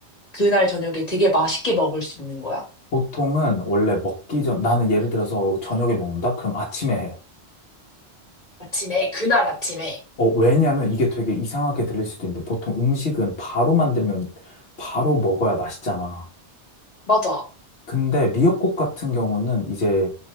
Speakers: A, on the left; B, on the left.
A: 그날 저녁에 되게 맛있게 먹을 수 있는 거야?
B: 보통은 원래 먹기 전, 나는 예를 들어서 저녁에 먹는다? 그럼 아침에 해.
A: 아침에, 그날 아침에.
B: 어, 왜냐면 이게 되게 이상하게 들릴 수도 있는데 보통 음식은 바로 만들면 바로 먹어야 맛있잖아.
A: 맞아.
B: 근데 미역국 같은 경우는 이제